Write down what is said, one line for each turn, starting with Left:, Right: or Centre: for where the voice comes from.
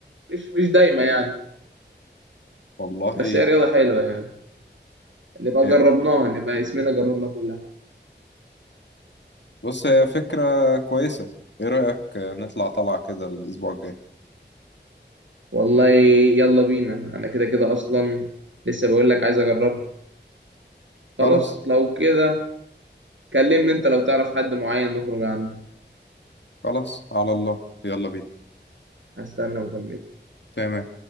Right: مش مش دايما يعني
Left: والله
Right: بس هي رياضة حلوة يعني نبقى
Left: هي-
Right: جربناها نبقى اسمنا جربنا كل حاجة
Left: بص هي فكرة كويسة إيه رأيك نطلع طلعة كده الأسبوع الجاي
Right: والله يلا بينا أنا كده كده أصلا لسه بقول لك عايز أجربها خلاص
Left: خلاص
Right: لو كده كلمني أنت لو تعرف حد معين نخرج عنده
Left: خلاص على الله يلا بينا
Right: هستنى مكالمتك
Left: تمام